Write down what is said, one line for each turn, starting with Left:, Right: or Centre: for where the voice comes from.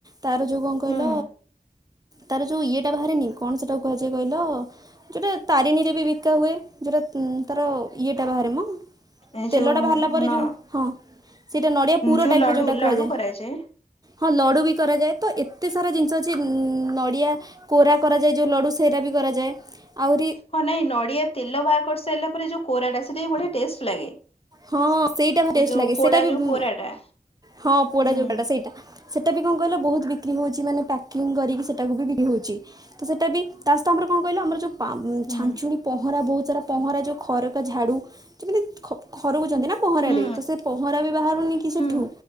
Right: ତାର ଯୋଉ କଣ କହିଲ,
Left: ହୁଁ
Right: ତାର ଯୋଉ ଇଏଟା ବାହାରାରେନି କଣ ସେଟାକୁ କୁହାଯାଏ କହିଲ ଯୋଉଟା ତାରିଣୀରେ ବି ବିକା ହୁଏ ଯେଉଁଟା ତାର ଇଏଟା ବାହାରେ ମ
Left: ଏ
Right: ତେଲଟା
Left: ଯୋଉ
Right: ବାହାରିଲା ପରେ
Left: ନ
Right: ଯୋଉ ହଁ ସେଟା ନଡିଆ ପୁର
Left: ଯୋଉ
Right: ଟାଇପ
Left: ଲଡୁ
Right: ର ଯୋଉଟା
Left: ଲଡୁ
Right: କୁହାଯାଏ
Left: କରାଯାଏ
Right: ହଁ ଲଡୁ ବି କରାଯାଏ, ତ ଏତେ ସାରା ଜିନିଷ ଅଛି ନଡ଼ିଆ କୋରା କରାଯାଏ ଯେଉଁ ଲଡ଼ୁ ସେଇଟା ବି କରାଯାଏ, ଆଉ
Left: ହଁ ନାଇଁ ନଡିଆ ତେଲ ବାହାର କରି ସାରିଲା ପରେ ଯୋଉ କୋରାଟା ସେଟା ବି ବଢିଆ ଟେଷ୍ଟ ଲାଗେ,
Right: ହଁ ସେଇଟା ଭାରି
Left: ସେ
Right: ଟେଷ୍ଟ
Left: ଯୋଉ
Right: ଲାଗେ
Left: ପୋଡା
Right: ସେଇଟା ବି
Left: ଯୋଉ କୋରାଟା
Right: ହଁ ପୋଡା
Left: ହୁଁ
Right: ଯଉଟା ସେଇଟା। ସେଇଟା ବି କଣ କହିଲ ବହୁତ ବିକ୍ରି ହଉଛି ମାନେ ପ୍ୟାକିଙ୍ଗ କରିକି ସେଟାକୁ ବି ବିକ୍ରି ହଉଛି ତ ସେଟା ବି ତା ସହିତ ଆମର କଣ କହିଲ ଆମର ଯୋଉ
Left: ହୁଁ
Right: ଛାଞ୍ଚୁଣି ପହଁରା ବହୁତ ସାରା ପହଁରା ଯେଉଁ ଖରକା ଝାଡ଼ୁ ଯେମିତି ଖରକୁ ଚନ୍ତି ନା ପହଁରାରେ
Left: ହୁଁ
Right: ସେ ପହଁରା ବି ବାହାରୁନି କି ସେଠୁ
Left: ହୁଁ